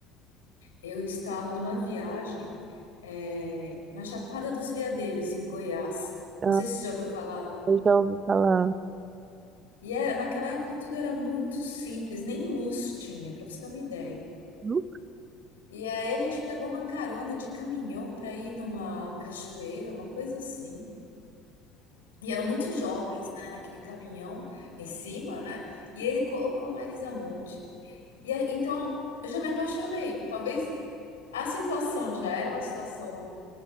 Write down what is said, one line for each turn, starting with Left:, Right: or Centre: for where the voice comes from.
Left: eu estava numa viagem, eh, na Chapada dos Veadeiros, em Goiás.
Right: Ah,
Left: Não sei se você já ouviu falar.
Right: eu já ouvi falar.
Left: E é, naquela época tudo era muito simples, nem luz tinha, para você ter uma ideia.
Right: Hum?
Left: E aí a gente pegou uma carona de caminhão para ir numa cachoeira, uma coisa assim. E eram muitos jovens, né, naquele caminhão em cima, né? E ele colocou a Marisa Monte. E aí, então eu já me apaixonei. Talvez a situação já era uma situação